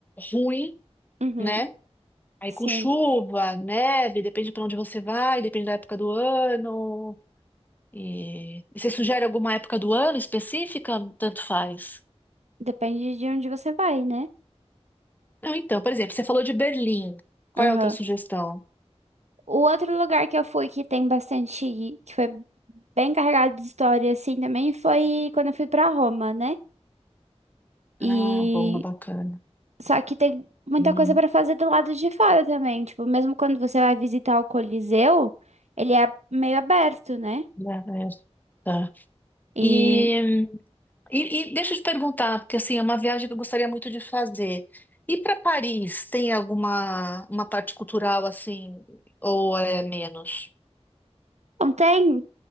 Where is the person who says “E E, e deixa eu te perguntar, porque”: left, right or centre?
Left